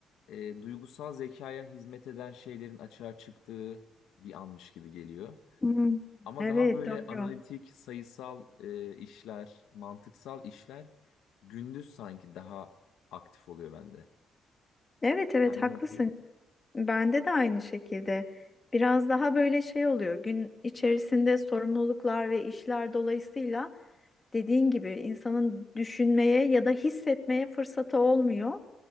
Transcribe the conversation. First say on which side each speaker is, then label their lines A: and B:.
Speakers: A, on the left; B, on the left.
A: e, duygusal zekaya hizmet eden şeylerin açığa çıktığı bir anmış gibi geliyor.
B: Hmm.
A: Ama
B: Evet,
A: daha böyle
B: doğru.
A: analitik, sayısal e, işler, mantıksal işler gündüz sanki daha aktif oluyor bende.
B: Evet, evet
A: Sende
B: haklısın.
A: nasıl?
B: Bende de aynı şekilde. Biraz daha böyle şey oluyor. Gün içerisinde sorumluluklar ve işler dolayısıyla dediğin gibi insanın düşünmeye ya da hissetmeye fırsatı olmuyor.